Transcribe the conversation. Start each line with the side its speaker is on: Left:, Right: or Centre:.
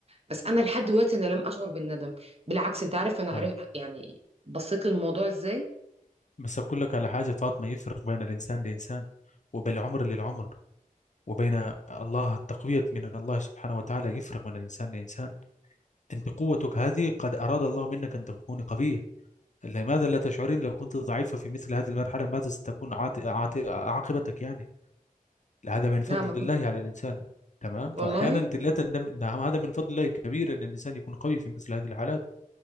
Right: بس انا لحد دلوقتي انا لم اشعر بالندم بالعكس انت عارف انا
Left: طيب
Right: عارف يعني بصيت للموضوع ازاي
Left: بس أقول لك على حاجة فاطمة يفرق بين الإنسان لإنسان وبين العمر للعمر وبين الله التقوية من الله سبحانه وتعالى يفرق من الإنسان لإنسان أنت قوتك هذه قد أراد الله منك أن تكوني قوية لماذا لا تشعرين لو كنت ضعيفة في مثل هذه المرحلة ماذا ستكون عات... عات... عاقبتك يعني هذا من فضل
Right: لا ما كنت
Left: الله على الإنسان تمام
Right: والله
Left: فأحيانا أنت لا تندم أن هذا من فضل الله كبير أن الإنسان يكون قوي في مثل هذه الحالات